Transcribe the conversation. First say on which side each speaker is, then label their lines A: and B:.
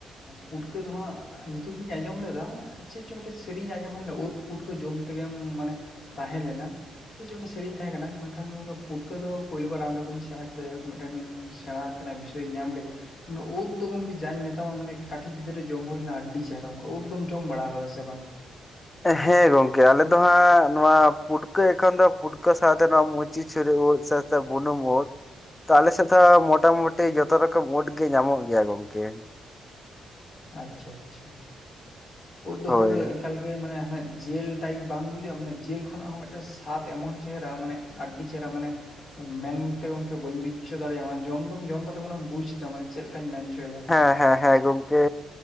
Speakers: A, on the left; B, on the left.
A: ᱯᱩᱴᱠᱟᱹ ᱫᱚ ᱦᱟᱸᱜ ᱧᱩᱛᱩᱢ ᱫᱚᱤᱧ ᱟᱸᱡᱚᱢ ᱞᱮᱫᱟ ᱪᱮᱜ ᱪᱚᱸᱝ ᱢᱤᱫᱴᱟᱝ ᱥᱮᱨᱮᱧ ᱟᱸᱡᱚᱢ ᱦᱩᱭᱱᱟ ᱩᱫ ᱯᱩᱴᱠᱟᱹ ᱡᱚᱢ ᱛᱮᱜᱮᱢ ᱢᱟᱱᱮ ᱛᱟᱦᱮᱸ ᱞᱮᱱᱟ ᱾ ᱥᱮ ᱪᱮᱫ ᱢᱤᱫᱴᱟᱝ‌ ᱥᱮᱨᱮᱧ ᱛᱟᱦᱮᱸ ᱠᱟᱱᱟ ᱢᱮᱱᱠᱷᱟᱱᱠᱟ ᱯᱩᱴᱠᱟᱹ ᱫᱚ ᱯᱳᱭᱳ ᱵᱟᱨ ᱚᱸᱰᱮ ᱠᱷᱚᱱᱤᱧ ᱥᱮᱬᱟ ᱠᱮᱫᱟ ᱡᱟᱦᱟᱸ ᱠᱚ ᱢᱤᱫᱴᱮᱱ ᱥᱮᱬᱟ ᱛᱮ ᱨᱤᱧ ᱧᱟᱢ ᱠᱮᱫᱟ᱾ ᱩᱫ ᱫᱚ ᱜᱚᱢᱠᱮ ᱡᱟᱧ ᱢᱮᱛᱟᱢᱟ ᱢᱟᱱᱮ ᱠᱟᱹᱴᱤᱡ ᱜᱤᱫᱽᱨᱟᱹ ᱨᱮ ᱡᱚᱢ ᱦᱩᱭ ᱞᱮᱱᱟ ᱟᱹᱰᱤ ᱪᱮᱦᱨᱟ ᱚᱱᱠᱟ ᱾ ᱩᱫ ᱫᱚᱢ ᱡᱚᱢ ᱵᱟᱲᱟ ᱠᱟᱫᱟ ᱥᱮ ᱵᱟᱝᱟ?
B: ᱦᱮᱸ ᱜᱚᱝᱠᱮ ᱟᱞᱮ ᱫᱚ ᱦᱟᱸᱜ ᱱᱚᱣᱟ ᱯᱩᱴᱠᱟᱹ ᱮᱠᱷᱚᱱ ᱫᱚ ᱯᱩᱴᱠᱟᱹ ᱥᱟᱶᱛᱮ ᱱᱚᱣᱟ ᱢᱩᱪᱤ ᱪᱷᱩᱨᱤ ᱩᱫ ᱥᱮ ᱵᱩᱱᱩᱢ ᱩᱫ ᱛᱚ ᱟᱞᱮ ᱥᱮᱜ ᱫᱚ ᱦᱟᱸᱜ ᱢᱳᱴᱟ-ᱢᱩᱴᱤ ᱡᱚᱛᱚ ᱨᱚᱠᱚᱢ ᱩᱫ ᱜᱮ ᱧᱟᱢᱚᱜ ᱜᱮᱭᱟ ᱜᱚᱝᱠᱮ᱾
A: ᱟᱪᱪᱷᱟ ᱟᱪᱪᱷᱟ ᱩᱫ ᱫᱚ
B: ᱦᱳᱭ
A: ᱯᱩᱨᱟᱹ ᱮᱠᱟᱞ ᱜᱮ ᱢᱟᱱᱮ ᱦᱮ ᱡᱮᱞ ᱴᱟᱭᱤᱯ ᱵᱟᱝ ᱵᱩᱡᱩᱜᱼᱟ ᱢᱟᱱᱮ ᱡᱤᱞ ᱠᱷᱚᱱᱟᱜ ᱦᱚᱸ ᱢᱤᱫᱴᱮᱱ ᱥᱟᱫ ᱮᱢᱚᱱ ᱪᱮᱦᱨᱟ ᱢᱟᱱᱮ ᱟᱹᱰᱤ ᱪᱮᱦᱨᱟ ᱢᱟᱱᱮ ᱢᱮᱱ ᱛᱮ ᱜᱚᱢᱠᱮ ᱵᱟᱹᱧ ᱵᱩᱡᱽ ᱦᱚᱪᱚ ᱫᱟᱲᱮᱭᱟᱢᱟ ᱡᱚᱢ ᱫᱚᱢ ᱡᱚᱢ ᱠᱟᱛᱮ ᱢᱟᱱᱮᱢ ᱵᱩᱡ ᱮᱫᱟ ᱢᱟᱱᱮ ᱪᱮᱫ ᱞᱮᱠᱟᱧ ᱢᱮᱱ ᱚᱪᱚᱭᱮᱫᱟ ᱾
B: ᱦᱮᱸ ᱦᱮᱸ ᱦᱮᱸ ᱜᱚ ᱝᱠᱮ